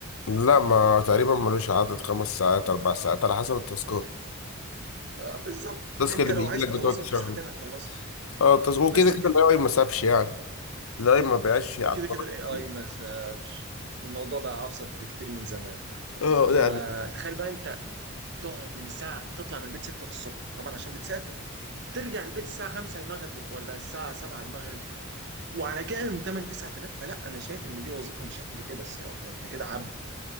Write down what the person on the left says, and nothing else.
لا ما تقريبا ملوش عدد خمس ساعات اربع ساعات على حسب التاسكات
التاسك
اللي
بيجي
لك
بتقعد تشغله
اه التاسك وكده
كده
الاي اي ما سابش يعني الاي ما بقاش يعطلك
كتير
اه
يعني